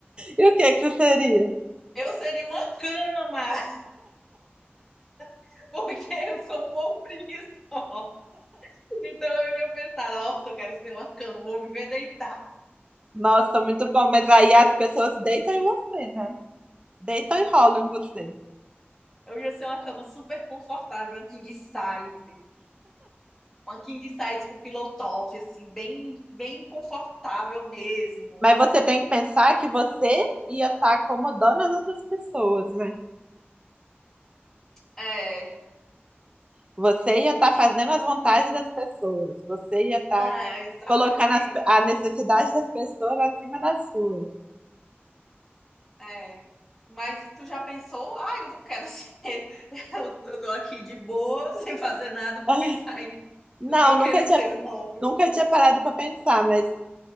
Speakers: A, on the right; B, in the centre.
A: e o que que você seria?
B: Eu seria uma cama, <laughs> porque eu sou um pouco preguiçosa. Então eu ia pensar, nossa, eu quero ser uma cama, vou viver deitada.
A: Nossa, muito bom. Mas aí as pessoas deitam em você, né? Deitam e rolam em você.
B: Eu ia ser uma cama super confortável, uma king size. Uma king size com pillow top, assim, bem, bem confortável mesmo.
A: Mas você tem que pensar que você ia estar acomodando as outras pessoas, né?
B: É,
A: Você ia estar fazendo
B: e-
A: as vontades das pessoas. Você ia estar
B: é, exatamente.
A: colocando as- a necessidade das pessoas acima das suas.
B: É. Mas e tu já pensou? Ah, eu vou- quero ser. <laughs> Eu, eu tô aqui de boa, <laughs> sem fazer nada, vou
A: Ah,
B: pensar em
A: Não,
B: do que eu
A: nunca
B: quero ser,
A: tinha,
B: um móvel.
A: nunca tinha parado para pensar, mas